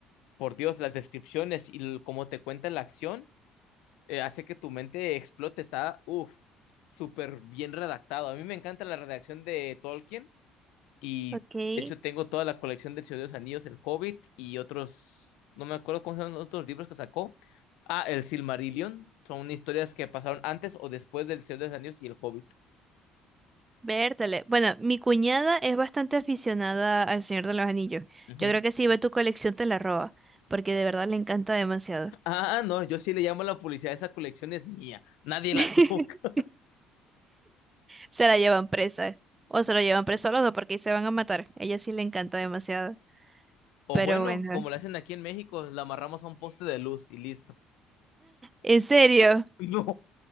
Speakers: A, on the left; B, on the right.
A: por Dios, las descripciones y el- cómo te cuenta la acción eh, hace que tu mente explote. Está, uff, súper bien redactado. A mí me encanta la redacción de Tolkien y
B: okay.
A: de hecho tengo toda la colección del Señor de los Anillos, el Hobbit y otros, no me acuerdo cómo se llaman los otros libros que sacó. Ah, el Silmarillion. Son historias que pasaron antes o después del Señor de los Anillos y el Hobbit.
B: Vértale. Bueno, mi cuñada es bastante aficionada al Señor de los Anillos.
A: Ujú.
B: Yo creo que si ve tu colección te la roba, porque de verdad le encanta demasiado.
A: Ah, no, yo sí le llamo a la publicidad, esa colección es mía, nadie
B: <laughs>
A: la toca. <laughs>
B: Se la llevan presa. O se lo llevan preso a los dos porque ahí se van a matar. A ella sí le encanta demasiado.
A: O
B: Pero
A: bueno,
B: bueno.
A: como la hacen aquí en México, la amarramos a un poste de luz y listo.
B: ¿En serio?
A: <laughs>
B: <laughs>
A: No,